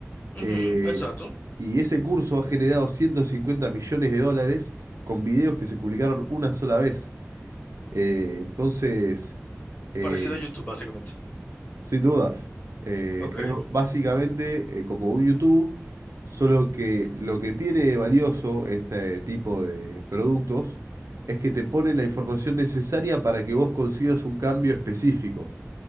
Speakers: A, on the right (about 75°); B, on the left (about 35°).
A: eh,
B: Ujú, exacto,
A: y ese curso ha generado 150 millones de dólares con videos que se publicaron una sola vez. Eh, entonces eh,
B: parecido a YouTube, básicamente.
A: sin duda. Eh,
B: Ok.
A: es básicamente eh, como un YouTube, solo que lo que tiene valioso este tipo de productos es que te ponen la información necesaria para que vos consigas un cambio específico.